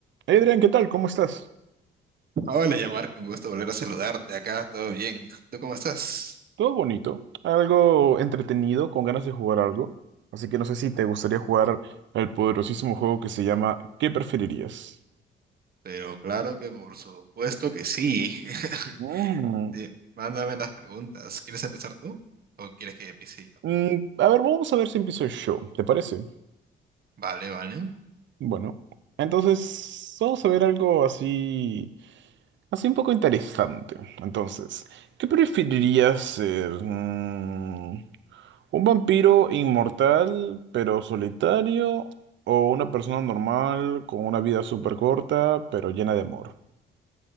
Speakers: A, on the right; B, on the right.
A: Hey, Adrián, ¿qué tal? ¿Cómo estás?
B: Hola, llamar, con gusto volver a saludarte acá, todo bien. ¿Tú cómo estás?
A: Todo bonito, algo entretenido, con ganas de jugar algo. Así que no sé si te gustaría jugar el poderosísimo juego que se llama ¿Qué preferirías?
B: Pero claro que por supuesto que sí. <laughs>
A: Mm,
B: Di- mándame las preguntas. ¿Quieres empezar tú o quieres que empiece yo?
A: mm, a ver, vamos a ver si empiezo yo, ¿te parece?
B: Vale, vale.
A: Bueno, entonces vamos a ver algo así, así un poco interesante. Entonces, ¿qué preferirías ser? Mm, ¿Un vampiro inmortal pero solitario o una persona normal con una vida súper corta pero llena de amor?